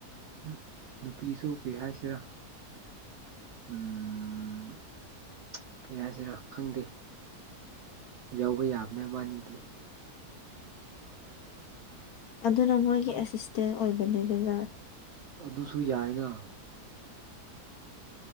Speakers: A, on the right; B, on the left.
A: ꯎꯝ ꯅꯨꯄꯤꯁꯨ ꯀꯩ ꯍꯥꯏꯁꯤꯔꯥ ꯎꯝ ꯀꯩ ꯍꯥꯏꯁꯤꯔꯣ ꯈꯪꯗꯦ ꯌꯥꯎꯕ ꯌꯥꯕꯅ ꯑꯃꯥꯅꯤꯗꯤ
B: ꯑꯗꯨꯅ ꯃꯣꯏꯒꯤ ꯑꯦꯁꯤꯁꯇꯦꯟ ꯑꯣꯏꯕꯅꯤꯗꯅ
A: ꯑꯗꯨꯁꯨ ꯌꯥꯏꯅ